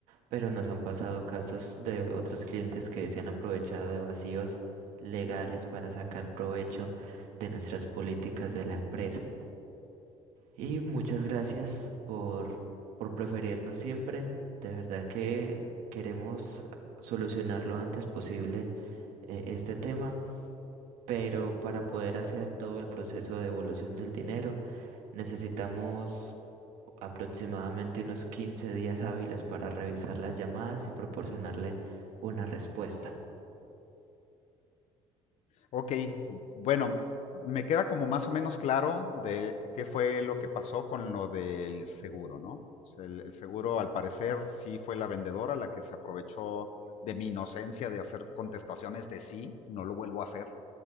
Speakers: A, on the right; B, on the left.
A: pero nos han pasado casos de otros clientes que se han aprovechado de vacíos legales para sacar provecho de nuestras políticas de la empresa. Y muchas gracias por, por preferirnos siempre. De verdad que queremos solucionar lo antes posible eh, este tema, pero para poder hacer todo el proceso de devolución del dinero necesitamos aproximadamente unos 15 días hábiles para revisar las llamadas y proporcionarle una respuesta.
B: Ok, bueno, me queda como más o menos claro de qué fue lo que pasó con lo del seguro, ¿no? O sea, el, el seguro, al parecer, sí fue la vendedora la que se aprovechó de mi inocencia de hacer contestaciones de sí, no lo vuelvo a hacer.